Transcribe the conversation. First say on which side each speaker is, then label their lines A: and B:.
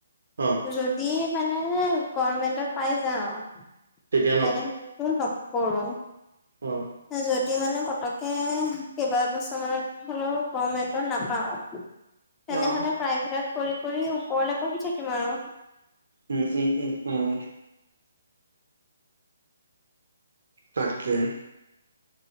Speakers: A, on the right; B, on the left.
A: অ
B: যত- দি মানে গমেন্টত পাই যাওঁ।
A: তেতিয়া
B: তেনেহলেতো নকৰো।
A: অহ
B: যদি মানে পতকে কেইবা বছৰ মানত- হলেও গমেন্টত নাপাওঁ, তেনে
A: অ
B: হ'লে - প্ৰাইভেট কৰি কৰি ওপৰলে পঢ়ি থাকিম আৰু-
A: উম উম উম উম। তাকে।